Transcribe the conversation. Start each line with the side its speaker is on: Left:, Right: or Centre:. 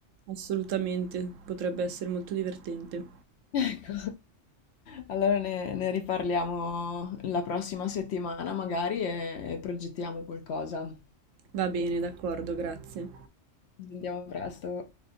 Right: Assolutamente, potrebbe essere molto divertente.
Left: Ecco, allora ne, ne riparliamo la prossima settimana magari e, e progettiamo qualcosa.
Right: Va bene, d'accordo, grazie.
Left: Ci sentiamo presto.